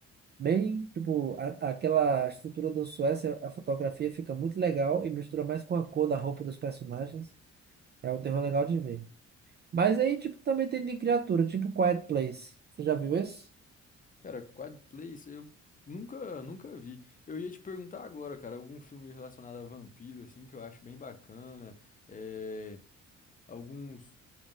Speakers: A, on the right; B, on the left.
A: bem tipo a- aquela estrutura do Suécia, a fotografia fica muito legal e mistura mais com a cor da roupa dos personagens. É um terror legal de ver. Mas aí tipo também tem de criatura, tipo Quiet Place. Você já viu esse?
B: Cara, Quad Place, eu nunca, nunca vi. Eu ia te perguntar agora, cara, algum filme relacionado a vampiro, assim, que eu acho bem bacana. É. Alguns.